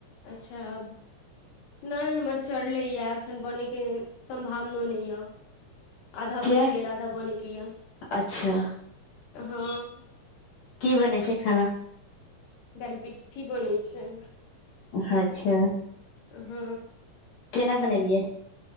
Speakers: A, on the left; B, on the left.
A: अच्छा अब <inaudible> नै हमर चरले यऽ एखन बनैके संभावनो नै यऽ आधा
B: किया
A: बैन गेल आधा बनैके यऽ
B: अच्छा
A: <inaudible> ह
B: कि बनै छै खाना
A: दाइल पिट्ठी बनेै छै
B: हच्छा
A: हऽ
B: केना बनेलियै